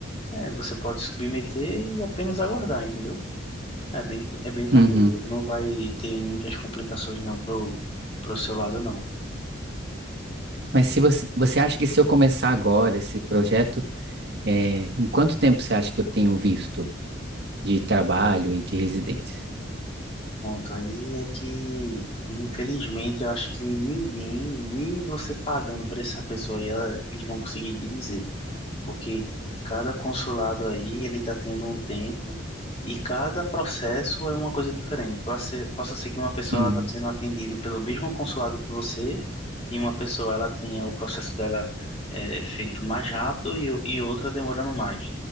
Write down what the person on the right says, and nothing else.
uhum.
Mas se você, você acha que se eu começar agora esse projeto, é, em quanto tempo você acha que eu tenho visto de trabalho e de residência?
Uhum,